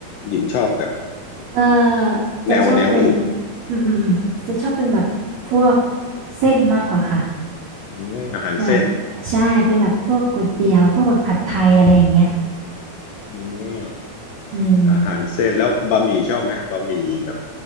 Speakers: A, on the left; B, on the right.
A: หญิงชอบแบบ
B: เออ
A: แนวแนวอื่น
B: จะชอบเป็นอืมอืมอืมจะชอบเป็นแบบพวกเส้นมากกว่าค่ะ
A: อืมอาหารเส้น
B: แบบใช่เป็นแบบพวกก๋วยเตี๋ยวพวกแบบผัดไทยอะไรอย่างเงี้ย
A: อืม
B: อืม
A: อาหารเส้นแล้วบะหมี่ชอบไหมบะหมี่แบบ